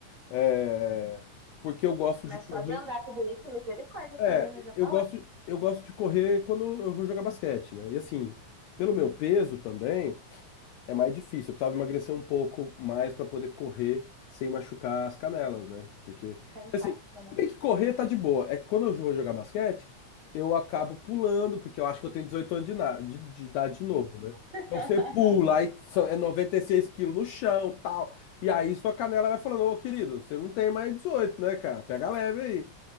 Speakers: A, on the left; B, on the right.
A: é,
B: uhum.
A: porque eu gosto
B: Mas
A: de correr.
B: só de andar tudo isso, misericórdia
A: É,
B: também, né? Já tá
A: eu gosto,
B: ótimo.
A: eu gosto de correr quando eu vou jogar basquete, né? E assim, pelo meu peso também, é mais difícil. Eu precisava emagrecer um pouco mais pra poder correr sem machucar as canelas, né? Porque,
B: Tem impacto,
A: assim,
B: né?
A: se bem que correr tá de boa. É que quando eu vou jogar basquete, eu acabo pulando, porque eu acho que eu tenho 18 anos de, na- de- de idade de novo, né?
B: <laughs>
A: Então você pula, aí são- é 96 quilos no chão, tal. E aí sua canela vai falando, ô querido, você não tem mais 18, né, cara? Pega leve aí.